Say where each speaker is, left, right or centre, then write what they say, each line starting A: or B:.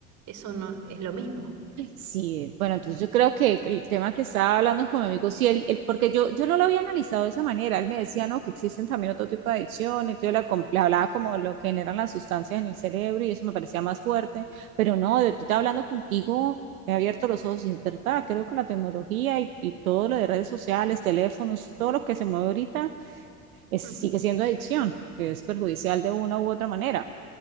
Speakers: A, on the right; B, on the right.
A: eso no es lo mismo.
B: Sí, bueno, entonces yo creo que el tema que estaba hablando con mi amigo, sí, él, él- porque yo, yo no lo había analizado de esa manera, él me decía, no, que existen también otro tipo de adicciones, yo la com- le hablaba como de lo que generan las sustancias en el cerebro y eso me parecía más fuerte, pero no, de, de hablando contigo me he abierto los ojos y es verdad, creo que la tecnología y, y todo lo de redes sociales, teléfonos, todo lo que se mueve ahorita es, sigue
A: Mm,
B: siendo adicción, porque es perjudicial de una u otra manera.